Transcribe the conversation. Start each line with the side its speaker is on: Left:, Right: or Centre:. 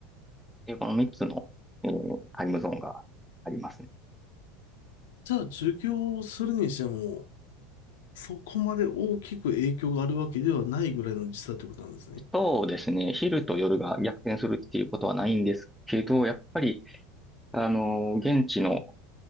Centre: いうこの3つの、えータイムゾーンがありますね。
Left: じゃあ、授業をするにしても、そこまで大きく影響があるわけではないぐらいの時差ということなんですね。
Centre: そうですね、昼と夜が逆転するっていうことはないんですけど、やっぱり、あのー現地の